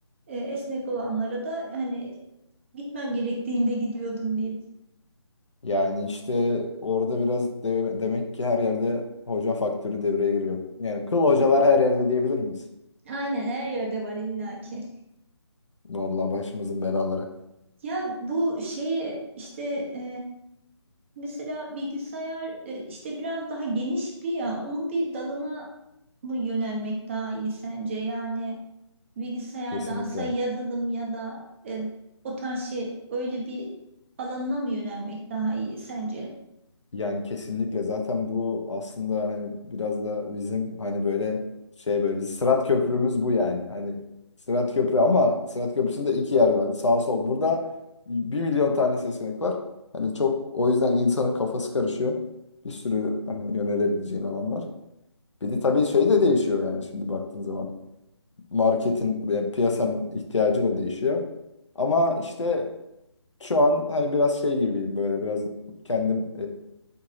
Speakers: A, on the right; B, on the left.
A: E, esnek olanlara da hani gitmem gerektiğinde gidiyordum diyeyim.
B: Yani işte orada biraz de- demek ki her yerde hoca faktörü devreye giriyor. Yani kıl hocalar her yerde diyebilir miyiz?
A: Aynen her yerde var illaki.
B: Vallahi başımızın belaları.
A: Ya bu şeyi işte e, mesela bilgisayar e, işte biraz daha geniş bir ya onun bir dalına mı yönelmek daha iyi sence? Yani bilgisayardansa
B: Kesinlikle.
A: yazılım ya da e, o tarz şey öyle bir alanına mı yönelmek daha iyi sence?
B: Yani kesinlikle zaten bu aslında hani biraz da bizim hani böyle şey böyle biz Sırat Köprümüz bu yani. Hani Sırat Köprü ama Sırat Köprüsü'nde iki yer var sağ sol. Burada bir milyon tane seçenek var. Hani çok o yüzden insanın kafası karışıyor. Bir sürü hani yönelebileceğin alan var. Bir de tabii şey de değişiyor yani şimdi baktığın zaman. Marketin ve piyasanın ihtiyacı da değişiyor. Ama işte şu an hani biraz şey gibiyim böyle biraz kendim